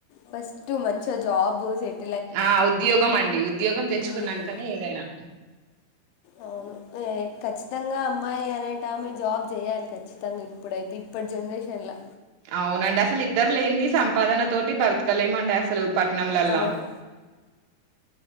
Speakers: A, on the left; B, on the right.
A: ఫస్ట్ మంచిగా జాబ్ సెట్
B: ఆ ఉద్యోగం అండి ఉద్యోగం తెచ్చుకున్నాకనే
A: ఉమ్,
B: ఏదైనా
A: అవును ఖచ్చితంగా అమ్మాయి అనేట ఆమె జాబ్ చేయాలి ఖచ్చితంగా ఇప్పుడైతే ఇప్పటి జనరేషన్ లో
B: అవునండి అసలు ఇద్దరు లేనింది సంపాదన తోటి బ్రతకలేమండి అసలు పట్నంలల్లా
A: అవును